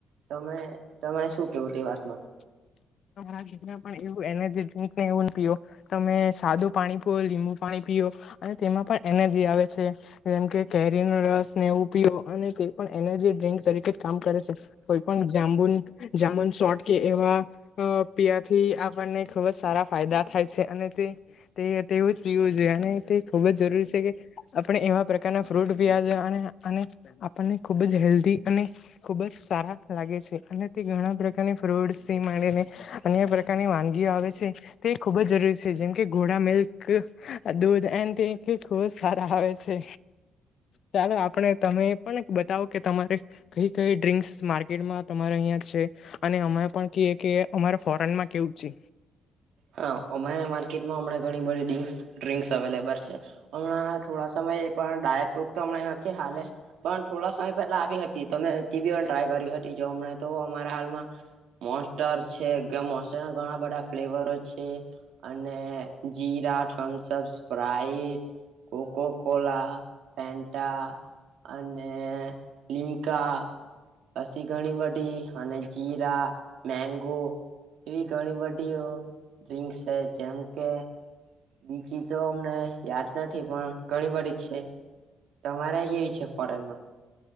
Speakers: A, on the right; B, on the left.
A: તમે તમારે શું કેવું તે વાતમાં,
B: <unintelligible> એવું એનર્જી ડ્રિંક ને એવુંને પીઓ તમે સાદું પાણી પીઓ લીંબુ પાણી પીઓ અને તેમાં પણ એનર્જી આવે છે, જેમ કે કેરીનો રસ ને એવું પીયો અને કોઈ પણ એનર્જી ડ્ર્રીંક તરીકે કામ કરે છે, કોઈ પણ જાંબુન જાંબુન શોટ કે એવા અ પીવાથી આપણને ખૂબ જ સારા ફાયદા થાય છે, અને તે તે તેવું જ પીવું જોઈએ અને તે ખુબ જ જરૂરી છે, કે આપણે એવા પ્રકારના ફ્રૂટ પીવા જોઈ અને આપણને ખુબ જ હેલ્ધી અને ખુબ જ સારા લાગે છે, અને તે ઘણા પ્રકારની ફ્રૂટસ માંને અન્ય પ્રકારની વાનગીઓ આવે છે, તે ખુબ જ જરૂરી છે, જેમ કે ઘોડા મિલ્ક દૂધ એન્ડ <unintelligible> સારા આવે છે, ચાલો આપણે તમે પણ બતાવો કે તમારે કઈ કઈ ડ્રિંક્સ માર્કેટમાં તમારે અહિયાં છે, અને અમે પણ કએ કે અમારે ફોરેન માં કેવું છે,
A: હા, અમારા માર્કેટમાં અમ ઘણી બધ ડ્રિક્સ અવેલેબલ છે, હમણાં થોડા સમય પણ ડાયટ કોક તો હમણાં નથી હાલે પણ થોડા સમય પેલા આવી હતી, ઈ તોમે <unintelligible> ટ્રાય કરી હતી જોમ અમને તો અમારા હાલમાં મોસ્ટડ છે, કે મોસ્ટર્ડ ના ઘણા બધા ફ્લેવરો છે, અને જીરા થમ્સઅપ સ્પ્રઇટ કોકોકોલા ફેન્ટા અને લિમકા પછી ઘણી બધી અને જીરા મેગો એવી ઘણી બધી ડ્રિન્ક્સ છે, જેમ કે બીજી તો અમને યાદ નથી પણ ઘણી બધી જ છે, તમારે કેવી છે માટેલમાં